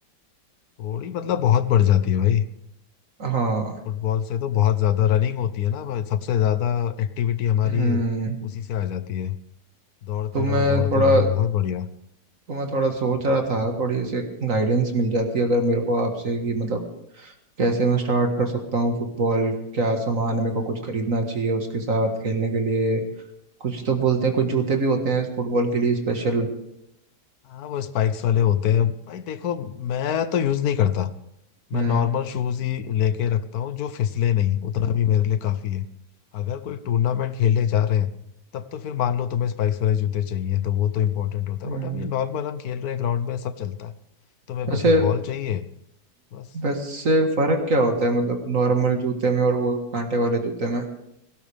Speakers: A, on the left; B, on the right.
A: थोड़ी मतलब बहुत बढ़ जाती है भाई
B: हाँ
A: फुटबॉल से तो बहुत ज्यादा रनिंग होती है ना भाई सबसे ज्यादा एक्टिविटी हमारी
B: हम्म
A: उसी से आ जाती है दौड़ते
B: तो मैं
A: रहो दौड़ते
B: थोड़ा
A: रहो बहुत बढ़िया
B: तो मैं थोड़ा सोच रहा था थोड़ी ऐसे गाइडेंस मिल जाती अगर मेरे को आपसे कि मतलब कैसे मैं स्टार्ट कर सकता हूँ फुटबॉल क्या सामान मेरे को कुछ खरीदना चाहिए उसके साथ खेलने के लिए कुछ तो बोलते हैं कुछ जूते भी होते हैं फुटबॉल के लिए स्पेशल
A: हाँ वो स्पाइक्स वाले होते हैं भाई देखो मैं तो यूज नहीं करता मैं
B: हम्म
A: नॉर्मल शूज ही लेके रखता हूँ जो फिसले नहीं उतना भी मेरे लिए काफी है अगर कोई टूर्नामेंट खेलने जा रहे हैं तब तो फिर मान लो तुम्हें स्पाइक्स वाले जूते चाहिए तो वो तो इंपॉर्टेंट होता
B: हम्म
A: है बट अब ये नॉर्मल हम खेल रहे हैं ग्राउंड में सब चलता है तुम्हें
B: वैसे
A: बस एक बॉल चाहिए बस
B: वैसे फर्क क्या होता है मतलब नॉर्मल जूते में और वो कांटे वाले जूते में